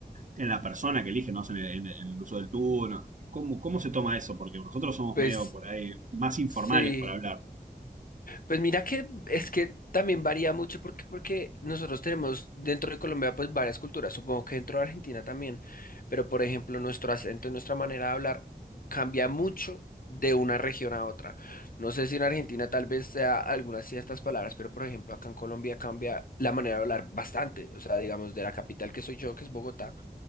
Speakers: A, on the right; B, on the left.
A: en la persona que elige, no sé, en el, en el uso del tú, ¿Cómo, cómo se toma eso? Porque nosotros somos
B: Pues
A: medio por ahí más informales
B: sí.
A: para hablar.
B: Pues mira que es que también varía mucho porque, porque nosotros tenemos dentro de Colombia pues varias culturas, supongo que dentro de Argentina también, pero por ejemplo nuestro acento y nuestra manera de hablar cambia mucho de una región a otra. No sé si en Argentina tal vez sea algunas ciertas palabras, pero por ejemplo acá en Colombia cambia la manera de hablar bastante, o sea, digamos de la capital que soy yo, que es Bogotá,